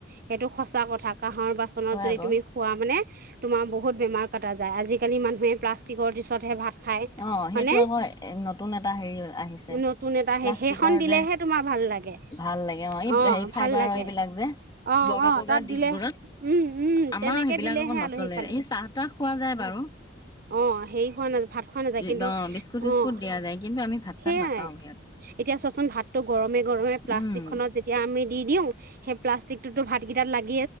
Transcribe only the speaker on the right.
সেইটো সচা কথা কাঁহৰ বাচনত
যদি
তুমি খোৱা মানে তোমাৰ বহুত বেমাৰ কটা যায় আজিকালি মানুহে প্লাষ্টিকৰ দিচতহে ভাত খাই
মানে,
নতুন এটা
সে সেইখন দিলেহে
তোমাৰ ভাল লাগে।
ভাল লাগে, অঁ
ভাল লাগে।
অহ
অঁ
তাত
দিলে, উম উম
তেনেকে
দিলেহে
আলহীক ভাল
লাগে।
অঁ হেৰি খোৱা নায ভাত খোৱা নাযায়। কিন্তু
অঁ
সেয়াই
এতিয়া চোৱাচোন ভাতটো গৰমে গৰমে প্লাষ্টিকখনত
যেতিয়া আমি দি দিওঁ সেই প্লাষ্টিক প্লাষ্টিকটোতো ভাতকেইাত লাগ